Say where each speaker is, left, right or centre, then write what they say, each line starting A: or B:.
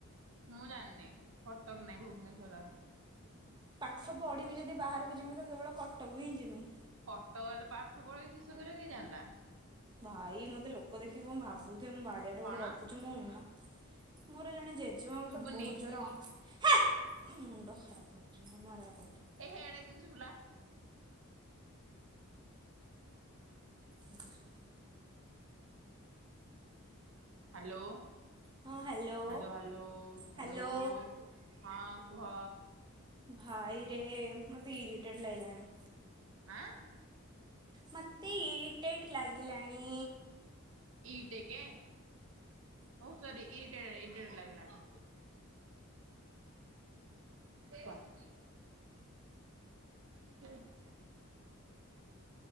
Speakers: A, on the right; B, on the right.
A: ମୁଁ ଜାଣିନି କଟକ ନାହିଁ ଭୁବନେଶ୍ବର ଆ <inaudible>
B: ପାଠ ପଢ଼ିମି ଯଦି ବାହାରକୁ ଯିମି ତ କେବଳ କଟକ ହିଁ ଯିମି।
A: କଟକ ଗଲେ ପାଠ ପଢେଇ କିଷ କରିବ କିଏ ଜାଣିଲା।
B: ଭାଇ ମୋତେ ଲୋକ ଦେଖିକି କଣ ଭାବୁଥିବେ ମୁଁ ବାଡିଆଡେ
A: କଣ
B: ଗୋଟେ ଗପୁଛି ମୁଁ ମୋ। ମୋର ଜଣେ ଜେଜେମା ମୋତେ
A: ଶୁଭୁନି
B: ବହୁତ ଜୋର ହେ ମୁଣ୍ଡ ଖରାପ କରୁଛି ମୁଁ ମୋର କଥା କରଲି।
A: ଏ ହେ ଏଟା କେମିତି ଶୁଭିଲା।
B: ସେଇଟା ଶୁଭୁ
A: ହାଲୋ,
B: ହଁ hello
A: hello, hello, hello.
B: Hello
A: ହଁ କୁହ।
B: ଭାଇରେ ମୋତେ ଇରିଟେଡ୍ ଲାଗିଲାଣି।
A: ଆଁ,
B: ମୋତେ ଇରିଟେଟ୍ ଲାଗିଲାଣି।
A: ଇ ଟେକେ ଓ ସରି ଇରିଟେ ଇରିଟେଡ୍ ଲାଗିଲାଣି। କଅ। <inaudible>